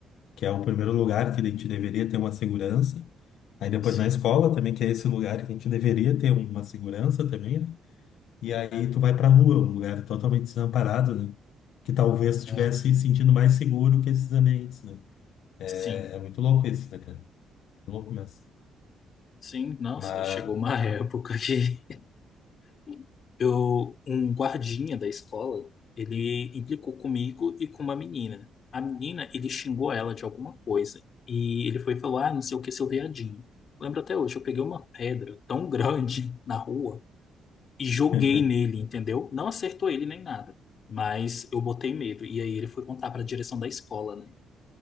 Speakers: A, on the left; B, on the left.
A: que é o primeiro lugar que a gente deveria ter uma segurança. Aí depois
B: Sim,
A: na escola também, que é esse lugar que a gente deveria ter uma segurança também, né? E aí tu vai pra rua, um lugar totalmente desamparado, né? Que talvez tu
B: aham,
A: estivesse se sentindo mais seguro que esses ambientes, né? É,
B: sim.
A: é muito louco isso, né, cara? Louco mesmo.
B: Sim, nossa,
A: Mas,
B: chegou uma época que <laughs> eu, um guardinha da escola, ele implicou comigo e com uma menina. A menina, ele xingou ela de alguma coisa e ele foi falar, ah, não sei o que, seu viadinho. Lembro até hoje, eu peguei uma pedra tão grande <laughs> na rua e joguei
A: <laughs>
B: nele, entendeu? Não acertou ele nem nada, mas eu botei medo. E aí ele foi contar para a direção da escola, né?